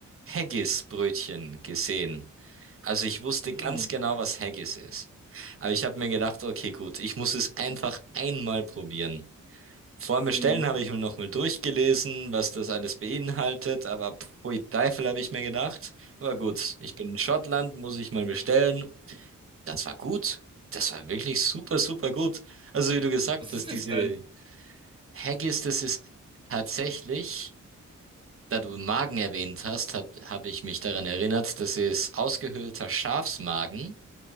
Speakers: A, on the right (about 45°); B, on the right (about 15°).
A: Haggis-Brötchen gesehen. Also ich wusste
B: Mm.
A: ganz genau, was Haggis ist. Aber ich habe mir gedacht, okay, gut, ich muss es einfach einmal probieren. Vor dem Bestellen
B: Mm.
A: habe ich mir nochmal durchgelesen, was das alles beinhaltet, aber pfui Teufel habe ich mir gedacht. Aber gut, ich bin in Schottland, muss ich mal bestellen das war gut. Das war wirklich super, super gut. Also wie du gesagt
B: Was
A: hast,
B: ist das
A: diese
B: denn?
A: Haggis, das ist tatsächlich, da du Magen erwähnt hast, habe hab- habe ich mich daran erinnert, das ist ausgehöhlter Schafsmagen,